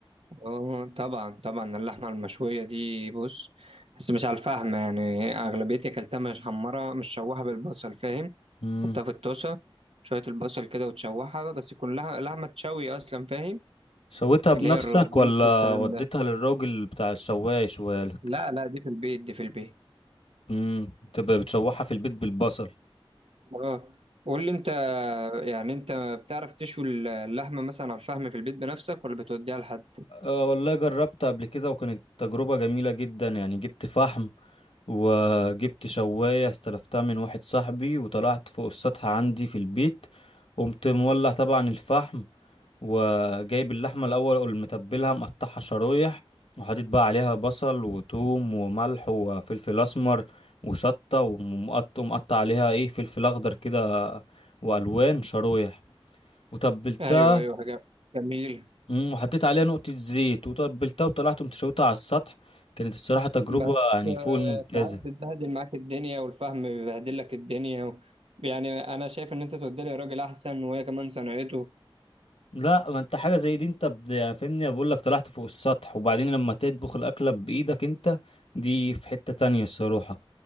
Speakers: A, on the right; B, on the left.
A: اه طبعا طبعا اللحمة المشوية دي بص بس مش على الفحم يعني أغلبيتي أكلتها مش حمرة مش شوحة بالبصل فاهم
B: مم.
A: حطها في الطاسة شوية البصل كده وتشوحها بس يكون لح- لحمة تشوي أصلا فاهم
B: شويتها بنفسك
A: اللي هي الروز بيف
B: ولا
A: والكلام
B: وديتها
A: ده
B: للراجل بتاع الشواية يشويها لك
A: لا لا دي في البيت دي في البيت
B: مم. بتبقى بتشوحها في البيت بالبصل
A: اه قول لي أنت يعني أنت بتعرف تشوي اللحمة مثلا على الفحم في البيت بنفسك ولا بتوديها لحد؟
B: أه والله جربت قبل كده وكانت تجربة جميلة جدا يعني جبت فحم وجبت شواية استلفتها من واحد صاحبي وطلعت فوق السطح عندي في البيت قمت مولع طبعا الفحم وجايب اللحمة الأول ومتبلها مقطعها شرايح وحاطط بقى عليها بصل وثوم وملح وفلفل أسمر وشطة ومقط- ومقطع عليها ايه فلفل أخضر كده وألوان شرايح وتبلتها
A: أيوه أيوه حاجة جميلة
B: مم، وحطيت عليها نقطة زيت وتبلتها وطلعت مشوتها على السطح كانت الصراحة تجربة
A: بس
B: يعني
A: آه،
B: فوق الممتازة
A: ساعات بتبهدل معاك الدنيا والفهم بيبهدل لك الدنيا و... يعني انا شايف ان انت تودي لي راجل احسن وهي كمان صنعته
B: لا ما انت حاجة زي دي انت بد- يعني فاهمني بقول لك طلعت فوق السطح وبعدين لما تطبخ الأكلة بإيدك انت دي في حتة تانية الصراحة